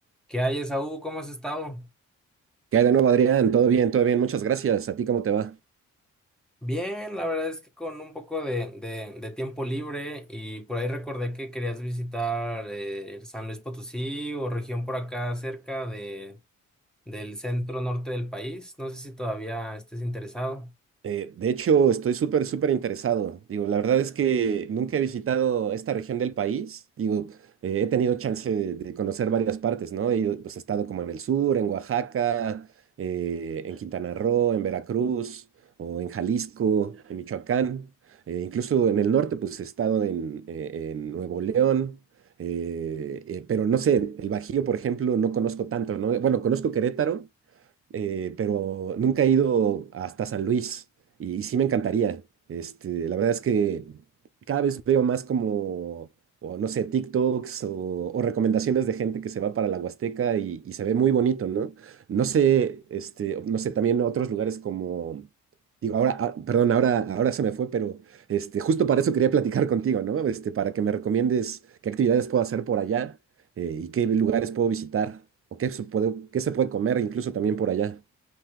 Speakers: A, in the centre; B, on the right (about 45°).
A: ¿Qué hay, Esaú? ¿Cómo has estado?
B: ¿Qué hay de nuevo, Adrián? Todo bien, todo bien. Muchas gracias. ¿A ti cómo te va?
A: Bien, la verdad es que con un poco de, de- de tiempo libre y por ahí recordé que querías visitar eh, San Luis Potosí o región por acá cerca de, del centro norte del país. No sé si todavía estés interesado.
B: eh, de hecho, estoy súper, súper interesado. Digo, la verdad es que nunca he visitado esta región del país. Digo, eh, he tenido chance de, de conocer varias partes, ¿no? He ido, pues, he estado como en el sur, en Oaxaca, eh, en Quintana Roo, en Veracruz, o en Jalisco, en Michoacán. Eh, incluso en el norte, pues he estado en, eh, en Nuevo León. eh, eh, pero no sé, el Bajío, por ejemplo, no conozco tanto, ¿no? Bueno, conozco Querétaro eh, pero nunca he ido hasta San Luis y, y sí me encantaría. Este, la verdad es que cada vez veo más como, o no sé, TikToks o, o recomendaciones de gente que se va para la Huasteca y, y se ve muy bonito, ¿no? No sé, este, no sé, también otros lugares como... Digo, ahora, ah, perdón, ahora, ahora se me fue, pero este, justo para eso quería platicar contigo, ¿no? Este, para que me recomiendes qué actividades puedo hacer por allá eh, y qué lugares puedo visitar o qué se puede, qué se puede comer incluso también por allá.